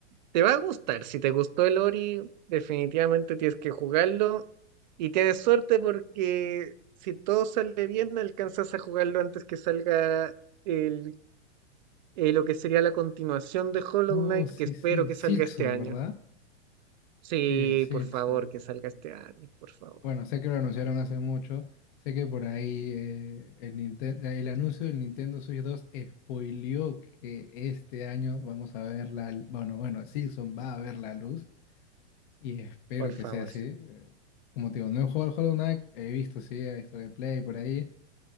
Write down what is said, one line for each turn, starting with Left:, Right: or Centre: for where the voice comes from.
Right: te va a gustar. Si te gustó el Ori, definitivamente tienes que jugarlo. Y tienes suerte porque si todo sale bien, alcanzas a jugarlo antes que salga el, eh, lo que sería la continuación de Hollow
Left: Oh,
Right: Knight,
Left: sí,
Right: que espero
Left: sí,
Right: que
Left: Silksong,
Right: salga este año.
Left: ¿verdad?
Right: Sí,
Left: Sí, el Silkson.
Right: por favor, que salga
Left: Sí,
Right: este año,
Left: sí, sí.
Right: por favor,
Left: Bueno, sé que lo anunciaron hace mucho. Sé que por ahí eh, el Ninten- el anuncio del Nintendo Switch 2 spoileó que este año vamos a ver la... Bueno, bueno, Silkson va a ver la luz y espero
Right: por
Left: que
Right: favor.
Left: sea así.
Right: sí.
Left: Eh, Como te digo, no he jugado al Hollow Knight, he visto, sí, he visto gameplay por ahí.